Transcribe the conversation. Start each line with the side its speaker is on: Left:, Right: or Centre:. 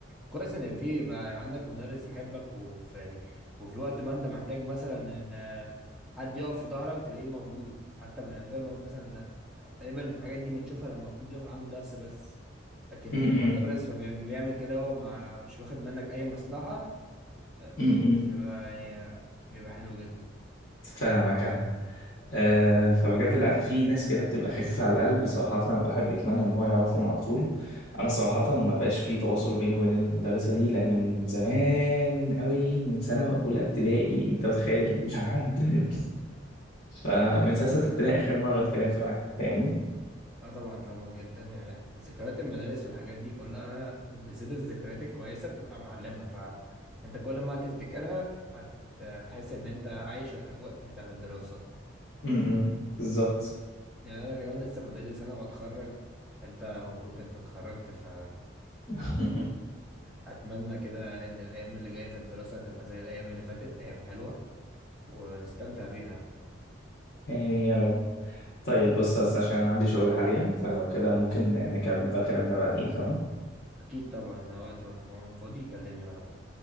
Centre: كويس ان في بقى عندك مدرس يحبك وفي يعني وفي الوقت ما انت محتاج مثلا ان آه، حد يقف في ظهرك تلاقيه موجود حتى من غير ما مثلا تقريبا الحاجات دي بنشوفها لما تكون بتاخد عنده درس بس لكن
Left: م- م-
Centre: تلاقي مدرس ما بيعمل, بيعمل كده هو ما مش واخد منك اي مصلحة آه، مدرس
Left: م- م.
Centre: بيبقى يعني آه، بيبقى حلو جدا
Left: فاهمك أنا آه، فبجد العيال في ناس كده بتبقى خفيفة على القلب صراحة الواحد بيتمنى إن هو يعرفهم على طول أنا صراحة ما بقاش في تواصل بيني وبين المدرسة دي لأن من زمان أوي من سنة أولى ابتدائي أنت متخيل <laughs> لحد ال- فمن سنة ستة ابتدائي آخر مرة اتكلمت معاه فاهمني؟
Centre: اه طبعا فاهمك جدا يعني ذكريات المدارس والحاجات دي كلها وبالذات الذكريات الكويسه بتبقى معلمه فانت كل ما هتفتكرها هت- هتحس ان انت عايش الاجواء بتاعت الدراسه
Left: م-م. بالظبط
Centre: يعني انا كمان لسه فاضلي سنه واتخرج انت مبروك انت اتخرجت ف
Left: <laughs>
Centre: اتمنى كده ان الايام اللي جايه في الدراسه هتبقى زي الايام اللي فاتت ايام حلوه ونستمتع بيها
Left: آمين يا رب طيب بص بس عشان أنا عندي شغل حاليا فلو كده ممكن نكمل بقى كلامنا بعدين تمام؟
Centre: اكيد طبعا وقت ما تكون فاضي كلمني على طول